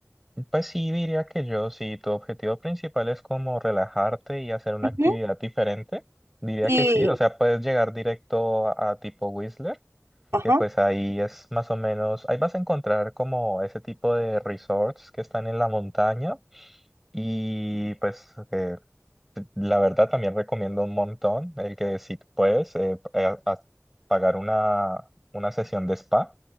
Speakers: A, in the centre; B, on the right.
A: Pues sí, diría que yo, si tu objetivo principal es como relajarte y hacer una
B: ujú,
A: actividad diferente, diría
B: Y,
A: que sí. O sea, puedes llegar directo a, a tipo Whistler,
B: ajá,
A: que pues ahí es más o menos, ahí vas a encontrar como ese tipo de resorts que están en la montaña y pues eh, la verdad también recomiendo un montón el que si puedes eh, a- a- pagar una, una sesión de spa.